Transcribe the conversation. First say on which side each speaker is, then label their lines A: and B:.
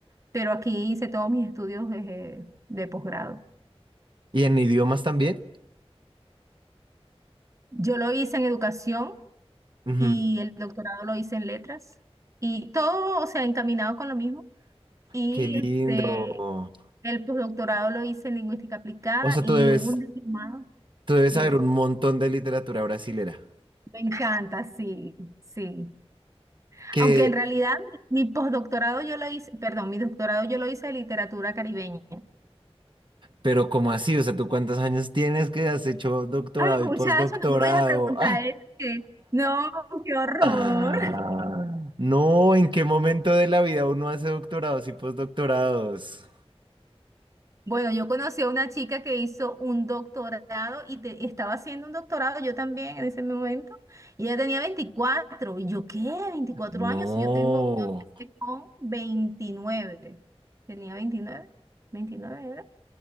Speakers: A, on the right; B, on the right.
A: pero aquí hice todos mis estudios eh, de posgrado.
B: ¿Y en idiomas también?
A: Yo lo hice en educación
B: Ujú.
A: y el doctorado lo hice en letras y todo, o sea, encaminado con lo mismo. Y
B: Qué lindo.
A: este, el posdoctorado lo hice en lingüística aplicada
B: O sea,
A: y
B: tú debes,
A: hubo un diplomado,
B: tú debes
A: dime.
B: saber un montón de literatura brasilera.
A: Me encanta, sí, sí.
B: Que
A: Aunque en realidad mi posdoctorado yo lo hice, perdón, mi doctorado yo lo hice de literatura caribeña.
B: Pero ¿cómo así? O sea, ¿tú cuántos años tienes que has hecho doctorado
A: Ay,
B: y
A: muchacho,
B: postdoctorado?
A: no me vayas a preguntar
B: <laughs>
A: eso, que- No, qué horror.
B: Ah. No, ¿en qué momento de la vida uno hace doctorados y postdoctorados?
A: Bueno, yo conocí a una chica que hizo un doctorado y te- estaba haciendo un doctorado yo también en ese momento. Y ella tenía 24. ¿Y yo qué? veinticuatro
B: No,
A: años. y Yo tengo, yo empecé con 29. ¿Tenía 29, 29 era?